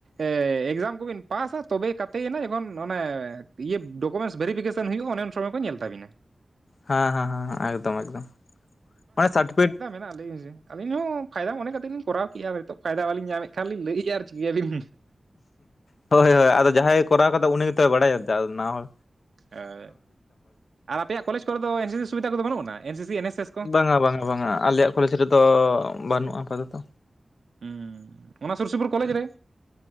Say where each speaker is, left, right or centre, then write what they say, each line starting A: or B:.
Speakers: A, on the right (about 75°); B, on the left (about 65°).
A: ᱮᱠᱡᱟᱢ ᱠᱚᱵᱤᱱ ᱯᱟᱥᱟ ᱛᱚᱵᱮ ᱠᱟᱛᱮᱜ ᱮᱱᱟ ᱡᱚᱠᱷᱚᱱ ᱚᱱᱮᱼᱼ ᱤᱭᱟᱹ ᱰᱚᱠᱩᱢᱮᱱᱴᱥ ᱵᱷᱮᱨᱤᱯᱷᱤᱠᱮᱥᱮᱱ ᱦᱩᱭᱩᱜᱼᱟ, ᱚᱱᱮ ᱩᱱ ᱥᱚᱢᱚᱭ ᱠᱚ ᱧᱮᱞ ᱛᱟᱵᱤᱱᱟ᱾
B: ᱦᱮᱸ ᱦᱮᱸ ᱦᱮᱸ ᱮᱠᱫᱚᱢ ᱮᱠᱫᱚᱢ ᱢᱟᱱᱮ ᱥᱟᱴᱯᱤᱴᱼᱼ
A: ᱚᱱᱟ ᱞᱟᱹᱭ ᱢᱮᱥᱮᱼᱼ ᱟᱹᱞᱤᱧ ᱦᱚᱸ ᱯᱷᱟᱭᱫᱟ ᱢᱚᱱᱮ ᱠᱟᱛᱮ ᱞᱤᱧ ᱠᱚᱨᱟᱣ ᱠᱮᱜᱼᱟ ᱱᱤᱛᱚᱜ ᱯᱷᱟᱭᱫᱟ ᱵᱟᱹᱞᱤᱧ ᱧᱟᱢᱮᱫ ᱠᱷᱟᱱ ᱞᱤᱧ ᱞᱟᱹᱭᱮᱜᱼᱟ ᱟᱨ ᱪᱤᱠᱟᱹᱭᱟᱵᱤᱱ᱾
B: ᱦᱳᱭ ᱦᱳᱭ ᱟᱫᱚ ᱡᱟᱦᱟᱸᱭ ᱠᱚᱨᱟᱣ ᱠᱟᱫᱟ ᱩᱱᱤ ᱜᱮᱛᱚᱭ ᱵᱟᱲᱟᱭᱟ, ᱱᱟᱣᱟ ᱦᱚᱲᱼᱼ
A: ᱦᱳᱭ ᱟᱨ ᱟᱯᱮᱭᱟᱜ ᱠᱚᱞᱮᱡᱽ ᱠᱚᱨᱮ ᱫᱚ ᱮᱱ ᱥᱤ ᱥᱤ ᱥᱩᱵᱤᱫᱷᱟ ᱠᱚᱫᱚ ᱵᱟᱹᱱᱩᱜ ᱟᱱᱟ N C C N S S? ᱠᱚ
B: ᱵᱟᱝᱟ ᱵᱟᱝᱟ ᱵᱟᱝᱟ ᱟᱞᱮᱭᱟᱜ ᱠᱚᱞᱮᱡᱽ ᱨᱮᱫᱚ ᱵᱟᱹᱱᱩᱜᱼᱟ, ᱟᱯᱟᱛᱚᱛᱚ᱾
A: ᱦᱩᱸ ᱚᱱᱟ ᱥᱩᱨ ᱥᱩᱯᱩᱨ ᱠᱚᱞᱮᱡᱽ ᱨᱮ?